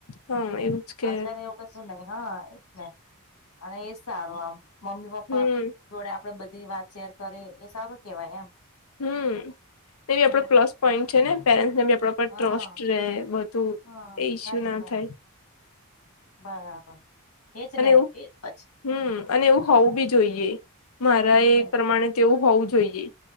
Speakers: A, on the left (about 65°); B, on the left (about 85°).
A: હા એવું જ કે
B: અત્યારે એવું કશું નહી હા એ જ નને અને એજ સારો આમ મમ્મી પપ્પા.
A: હમ
B: જોડે આપડે બધી વાત શેર કરી એ સારું કેવાય એમ.
A: હમ એ બી
B: હમ
A: આપડો પ્લસ પોઈન્ટ છે ને પેરેન્ટસને બી આપ. પણ
B: હા
A: ટ્રસ્ટ રહે બધું
B: હા
A: એ ઈસ્યુ
B: સાચી
A: ના
B: વાત
A: થાય.
B: બરાબર. એજ
A: અને
B: ને
A: એવું
B: એ પછી
A: હમ અને એવું હોવું બી જોઈએ મારા
B: હમ
A: એ પ્રમાણે. તેવું હોવું જોઈએ.